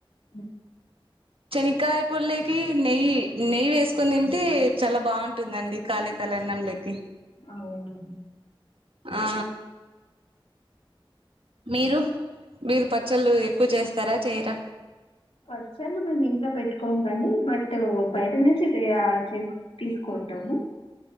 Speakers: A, on the left; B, on the right.
A: అ
B: చనికాయ పోల్లోకి నెయ్యి నెయ్యి వేసుకొని తింటే చాలా బాగుంటుందండి కళే కాలని న్నం లోకి
A: అవునండి
B: ఆ మీరు మీరు ప చ్చలు ఎక్కువ చేస్తారా చేయరా
A: పచ్చళ్ళు మేము ఇంట్లో పెట్టుకోం కానీ బట్ బయట నుంచి తేయా తీసుకో ఉంటాము